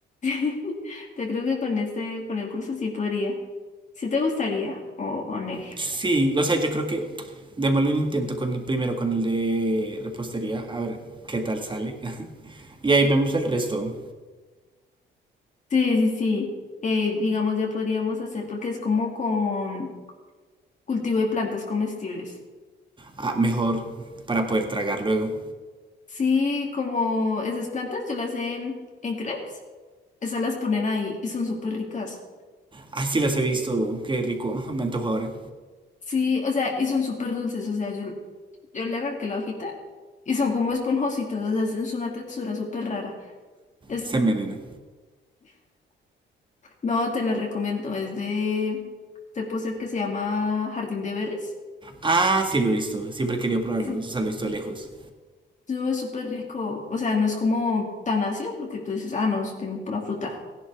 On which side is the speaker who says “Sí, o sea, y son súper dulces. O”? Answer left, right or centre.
Left